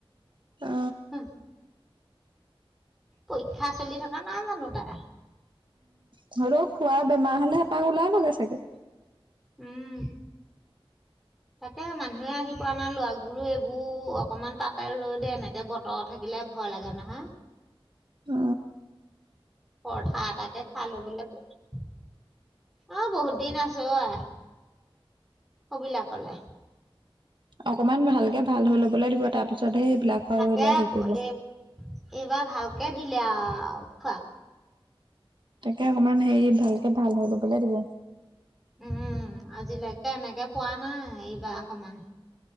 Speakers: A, on the right; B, in the centre.
A: অ
B: উম পৰীক্ষা চলি থকা নাই জানো তাৰ!
A: ধৰ খোৱা বেমাৰ হলে হেঁপাহ ওলাবগৈ চাগে।
B: উম তাকে মানুহে আহি পোৱা নাই লৰাকবোৰো এইবোৰ অকমান তাতে ৰৈ দে এনেকে বতৰ থাকিলে ভয় লাগে নহয়।
A: আ
B: পৰঠা এটাকে খাই ল'বলৈ কোৱা। অ বহুত দিন আছে অ আই সবিলা কলে
A: অকমান ভালকে
B: উম
A: ভাল হৈ লবলৈ দিব। তাৰ পিছতহে সেইবিলাক আৰু
B: তাকে এই
A: হেৰি কৰিব
B: এইবাৰ ভালকে। দিলে আৰু খোৱা
A: য়ে অকনমান হেৰি ভালকে ভাল হ'ব <unintelligible>
B: উম আজি লাগি এ এনেকে পোৱা নাই বাহমান